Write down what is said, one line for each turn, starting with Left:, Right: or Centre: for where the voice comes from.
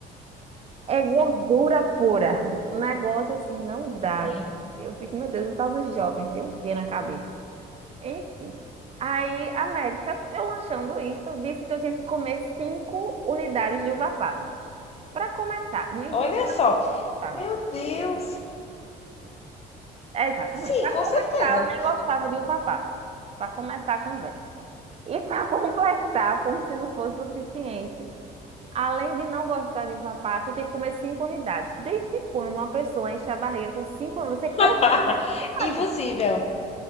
Right: É gordura pura. Um negócio assim não dá.
Left: Sim.
Right: gente. Eu fico, meu Deus, o tal do jovem tem o quê na cabeça? Enfim. Aí, América, eu lanchando isso, disse que eu tinha que comer cinco unidades de uva passas. Para começar, nem
Left: Olha
Right: de uva
Left: só.
Right: passa.
Left: Meu Deus.
Right: Exatamente.
Left: Sim,
Right: Para
Left: com
Right: começar,
Left: certeza.
Right: eu nem gostava de uva passa. Para começar a conversa. E para <laughs> completar, como se não fosse suficiente, além de não gostar de uva passa, eu tenho que comer cinco unidades. Desde quando uma pessoa enche a barriga com cinco? Você
Left: <laughs>
Right: Imagina,
Left: impossível.